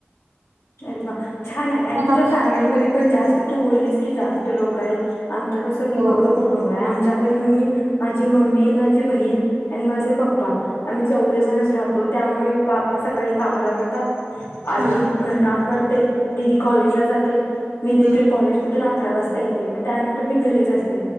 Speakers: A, on the left; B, on the right.
A: अरे वा छान आहे आणि तुझ्या
B: आता
A: फॅमिलीमध्ये पण जास्त तू बोललीस की जास्त लोक आहेत आमच कसं विभक्त
B: हो.
A: कुटुंब आहे आमच्या घरी मी माझी मम्मी माझी बहीण आणि माझे पप्पा आम्ही चौघेजण राहातो त्यामुळे बाबा सकाळी कामाला जातात आई
B: हम्म
A: काम करते दिदी कॉलेज ला जाते मी देखील
B: हम्म
A: कॉलेज मधून अकरा वाजता येते मग त्यानंतर मी घरीच असते